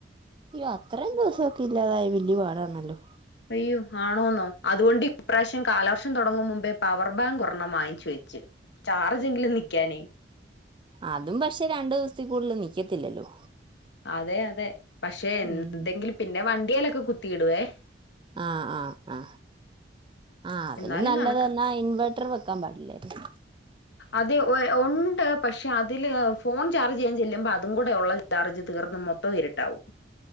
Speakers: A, on the right; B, on the left.
A: യ്യോ അത്രേം ദിവസോക്കേ <unintelligible> ഇല്ലാതായ വല്യ പാടാണല്ലോ
B: യ്യോ ആണോന്നോ അതുകൊണ്ട് ഇപ്രാശ്യം കാലവർഷം തൊടങ്ങും മുമ്പേ പവർ ബാങ്ക് ഒരണ്ണം വാങ്ങിച്ച് വെച്ച്. ചാർജെങ്കിലും നിക്കാനെ
A: അതും പക്ഷെ രണ്ട് ദിവസത്തി കൂടുതല് നിക്കത്തില്ലല്ലോ.
B: അതെ അതെ പക്ഷേ എന്തെങ്കില്
A: ഉം
B: പിന്നെ വ ണ്ടിയേലൊക്കെ കുത്തി ഇടുവേ
A: ആ ആ ആ ആ അതിന്
B: എന്നാലും
A: നല്ലതന്നാ
B: കണക്കാ
A: ഇൻവെ അത്ര വെക്കാൻ പാടില്ലായിരുന്നു
B: അതെ ഒ ഒണ്ട് പക്ഷെ അതില് ഫോൺ ചാർജ് ചെയ്യാ ചെല്ലുമ്പ അ തും കൂടെള്ള ചാർജ് തീർന്ന് മൊത്തം ഇരിട്ടാവും.